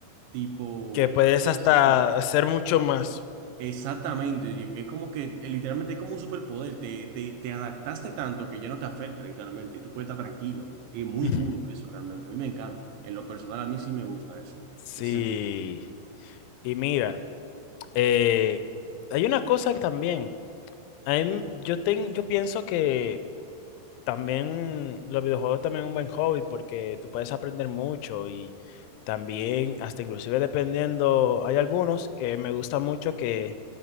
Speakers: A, on the right (about 80°); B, on the left (about 90°).
A: tipo
B: que puedes
A: físico.
B: hasta hacer mucho más.
A: Exactamente, y que es como que eh, literalmente es como un superpoder, te, te, te adaptaste tanto que ya no te afecta literalmente y tú puedes estar tranquilo. Es muy
B: Ujú.
A: duro eso realmente, a mí me encanta. En lo personal a mí sí me gusta eso,
B: Sí,
A: ese sentimiento.
B: y mira, eh, hay una cosa que también, a mí- yo, ten- yo pienso que también los videojuegos también es un buen hobby porque tú puedes aprender mucho y también, hasta inclusive dependiendo, hay algunos que me gustan mucho que